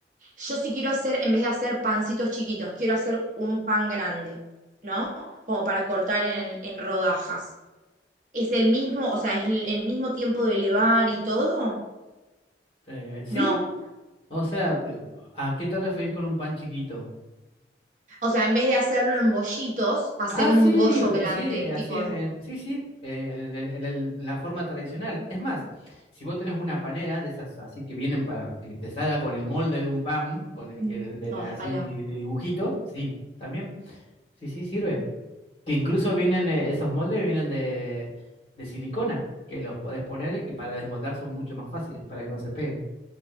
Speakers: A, on the right; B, on the left.
A: Yo sí quiero hacer, en vez de hacer pancitos chiquitos, quiero hacer un pan grande, ¿no? Como para cortar en, en rodajas. ¿Es el mismo, o sea, es el, el mismo tiempo de elevar y todo?
B: Eh, sí,
A: No.
B: o sea, de- ¿a qué te referís con un pan chiquito?
A: O sea, en vez de hacerlo en bollitos, hacer
B: Ah,
A: un
B: sí,
A: bollo
B: eh,
A: grande,
B: sí, eh, así
A: tipo,
B: en, en- sí, sí, eh, en, el- en el- la forma tradicional. Es más, si vos tenés una panera de esas así que vienen para que te salga con el molde de un pan, con el
A: mm,
B: que de
A: no,
B: la
A: ojalá.
B: así de dibujito, sí, también, sí, sí, sirve. Que incluso vienen, eh, esos moldes vienen de, de silicona, que los podés poner y que para desmoldar son mucho más fáciles, para que no se peguen.